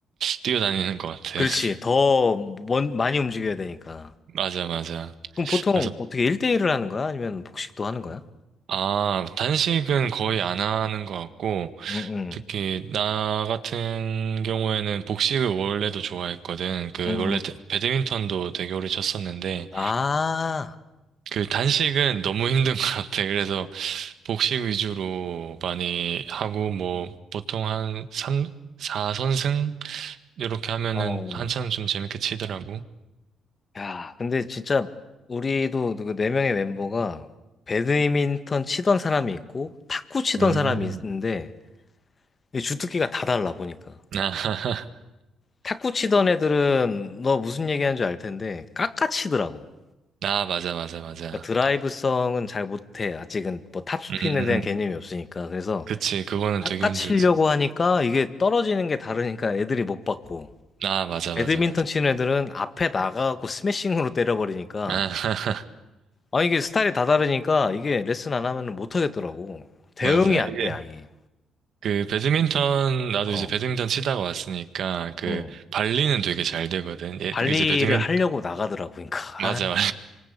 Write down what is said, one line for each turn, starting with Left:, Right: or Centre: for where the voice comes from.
Right: 뛰어다니는 것 같아.
Left: 그렇지.
Right: <laughs>
Left: 더 먼, 많이 움직여야 되니까.
Right: 맞아, 맞아.
Left: 그럼 보통
Right: 그래서,
Left: 어떻게 1대1을 하는 거야? 아니면 복식도 하는 거야?
Right: 아, 단식은 거의 안 하는 것 같고,
Left: 응, 응,
Right: 특히 나 같은 경우에는 복식을 원래도 좋아했거든. 그,
Left: 응.
Right: 원래 태- 배드민턴도 되게 오래 쳤었는데,
Left: 아,
Right: 그 단식은 너무 힘든 <laughs> 것 같아. 그래서 복식 위주로 많이 하고, 뭐, 보통 한 3, 4선승? 이렇게 하면은
Left: 어.
Right: 한참 좀 재밌게 치더라고.
Left: 야, 근데 진짜 우리도 그 네 명의 멤버가 배드민턴 치던 사람이 있고 탁구 치던
Right: 음,
Left: 사람이 있는데 이 주특기가 다 달라 보니까.
Right: 나, <laughs>
Left: 탁구 치던 애들은 너 무슨 얘기하는지 알 텐데 깎아치더라고.
Right: 나, 맞아, 맞아, 맞아.
Left: 그러니까 드라이브성은 잘 못해. 아직은 뭐 탑스핀에
Right: 음,
Left: 대한 개념이 없으니까. 그래서
Right: 그치, 그거는
Left: 깎아치려고
Right: 되게 힘들지.
Left: 하니까 이게 떨어지는 게 다르니까 애들이 못 받고.
Right: 나, 맞아,
Left: 배드민턴
Right: 맞아, 맞아.
Left: 치는 애들은 앞에 나가고 스매싱으로 때려버리니까
Right: 아, <laughs>
Left: 아 이게 스타일이 다 다르니까 이게 레슨 안 하면 못 하겠더라고. 대응이
Right: 맞아.
Left: 안
Right: 이게,
Left: 돼, 아예.
Right: 그, 배드민턴, 나도
Left: 어.
Right: 이제 배드민턴 치다가 왔으니까, 그,
Left: 응.
Right: 발리는 되게 잘 되거든. 예,
Left: 관리를
Right: 이제 배드민,
Left: 하려고 나가더라고. 그러니까
Right: 맞아,
Left: 아,
Right: 맞아.